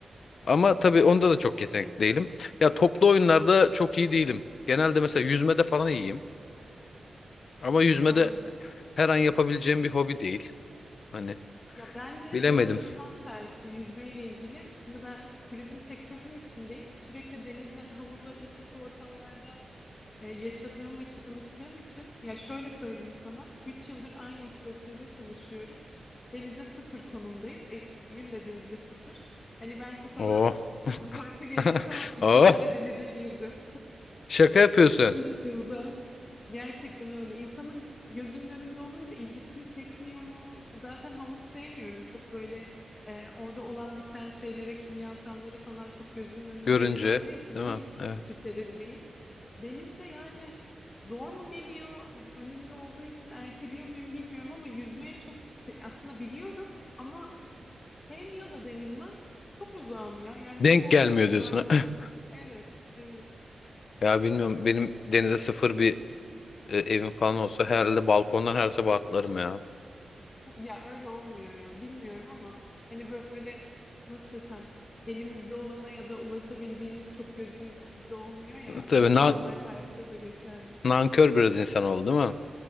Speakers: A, on the left; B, on the left.
A: Ama tabii onda da çok yetenekli değilim. Ya toplu oyunlarda çok iyi değilim. Genelde mesela yüzmede falan iyiyim. Ama yüzmede
B: Anladım.
A: her an yapabileceğim bir hobi değil. Hani
B: Ya ben de
A: bilemedim.
B: bu arada tam tersi yüzmeyle ilgili. Şimdi ben turizm sektörünün içindeyim. Sürekli denizle, havuzla, iç içe ortamlarda e, yaşadığım ve çalıştığım için ya şöyle söyleyeyim sana 3 yıldır aynı işletmede çalışıyorum. Denize sıfır konumdayız. Ev- Evim de denize sıfır. Hani belki sana
A: Oo.
B: <laughs> abartı gelecek
A: <laughs>
B: ama iki
A: Oo.
B: kere denize girdim
A: <laughs> Şaka yapıyorsun
B: 3 yılda. Gerçekten öyle. İnsanın gözünün önünde olunca ilgisini çekmiyor mu? Zaten havuz sevmiyorum. Çok böyle e, orada olan biten şeylere, kimyasalları falan çok gözümün önünde
A: görünce.
B: yaşandığı için
A: Değil
B: hiç
A: mi?
B: steril
A: Evet.
B: değil. Deniz de yani zor mu geliyor? Önünde olduğu için erteliyor muyum bilmiyorum ama yüzmeye çok se- aslında biliyorum ama sevmiyor da denilmez. Çok uzağım ya. Yani
A: Denk
B: son
A: gelmiyor
B: ihtimal
A: diyorsun.
B: falan.
A: <laughs>
B: Evet, evet.
A: Ya bilmiyorum benim denize sıfır bir e, evim falan olsa herhalde balkondan her sabah atlarım ya.
B: Ya öyle olmuyor ya. Bilmiyorum ama hani böyle nasıl desem elimizde olana ya da ulaşabildiğimiz çok gözümüzde olmuyor ya.
A: <laughs> Tabii
B: Bu
A: na-
B: normal hayatta da geçerli.
A: nankör biraz insan oldu değil mi?